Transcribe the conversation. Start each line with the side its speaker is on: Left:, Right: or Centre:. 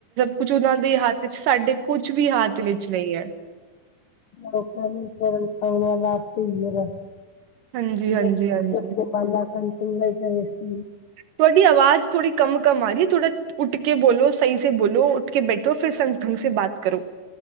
Right: ਕੁਝ ਉਨਾਂ ਦੇ ਹੱਥ ਚ, ਸਾਡੇ ਕੁਛ ਵੀ ਹਾਥ ਇਚ ਨਹੀ ਐ।
Left: ਲੋਕਾਂ ਨੂੰ ਕਰਨ ਸਉਣਾ <unintelligible> ਲੱ ਹੀ ਆ ਵਾ
Right: ਹਾਂਜੀ
Left: <inaudible>
Right: ਹਾਂਜੀ ਹਾਂਜੀ ਤੁਹਾਡੀ ਆਵਾਜ਼ ਥੋੜ੍ਹੀ ਕਮ-ਕਮ ਆ ਰਹੀ ਐ, ਥੋੜਾ ਉੱਠ ਕੇ ਬੋਲੋ, ਸਹੀ ਸੇ ਬੋਲੋ। ਉੱਠ ਕੇ ਬੈਠੋ, ਫਿਰ ਸੰਗ ਢੰਗ ਸੇ ਬਾਤ ਕਰੋ।